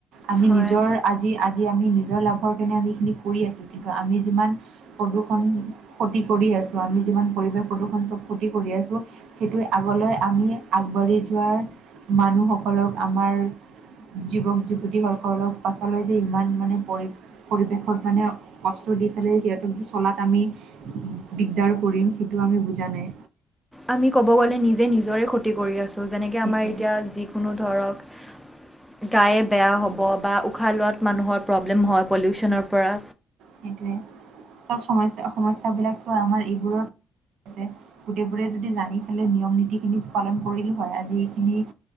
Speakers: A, on the right (about 80°); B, in the centre.
A: আমি
B: হয়
A: নিজৰ আজি, আজি আমি নিজৰ লাভৰ কাৰণে আমি এইখিনি কৰি আছোঁ। কিন্তু, আমি যিমান প্ৰদূষণ ক্ষতি কৰি আছো। আমি যিমান পৰিৱেশ প্ৰদূষণ চব ক্ষতি কৰি আছো। সেইটোৱে আগলৈ আমি আগবাঢ়ি যোৱাৰ মানুহসকলক আমাৰ যুৱক যুৱতী সকলক পাছলৈ যে ইমান মানে পৰি পৰিৱেশত মানে কষ্ট দি পেলাই সিহঁতক যে চলাত আমি দিগদাৰ কৰিম, সেইটো আমি বুজা নাই।
B: আমি ক'ব গ'লে নিজে নিজৰে ক্ষতি কৰি আছো। যেনেকে
A: সেইটোৱে
B: আমাৰ এতিয়া যিকোনো ধৰক গায়ে বেয়া হ'ব বা উশাহ লোৱাত মানুহৰ প্ৰব্লেম হয়, পলিউচনৰ পৰা।
A: সেইটোৱে, চব সমস্যা, সমস্যাবিলাকটো আমাৰ এইবোৰে আছে গোটেইবোৰে যদি জানি পেলাই নিয়ম নীতিখিনি পালন কৰিলো হয়, আজি এইখিনি